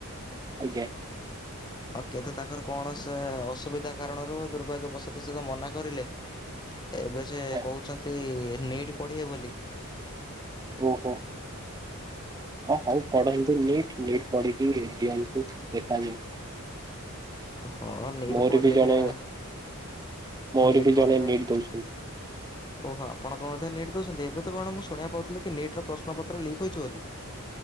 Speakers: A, on the right; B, on the left.
A: ଆଜ୍ଞା।
B: ଓ କିନ୍ତୁ ତାଙ୍କର କଣ ସେ ଅସୁବିଧା କାରଣରୁ ଦୁର୍ଭାଗ୍ୟ ବଶତ ସେତ ମନା କରିଲେ? ଏବେ ସେ
A: ଆଚ୍ଛା।
B: କହୁଛନ୍ତି ନିଟ୍ ପଢିବେ ବୋଲି।
A: ଓହୋ ହ ହଉ ପଢନ୍ତୁ ନିଟ୍ ନିଟ୍ ପଢିକି ଦିଅନ୍ତୁ ଦେଖାଯାଉ।
B: ହଁ ନିଟ୍
A: ମୋର
B: ପଢିଲେ
A: ବି ଜଣେ
B: ଆ
A: ମୋର
B: ନିଟ୍
A: ବି
B: ପଢିଲେ
A: ଜଣେ ନିଟ୍ ଦଉଛନ୍ତି।
B: ଓହୋ ଆପଣଙ୍କଣ ମଧ୍ୟ ନିଟ୍ ଦଉଛନ୍ତି ଏବେ ତ କଣ ମୁଁ ଶୁଣିବା ପାଉଥିଲ କି ନଟ ର ପ୍ରଶ୍ନପତ୍ର ଲିକ୍ ହୋଇଛି ବୋଲି।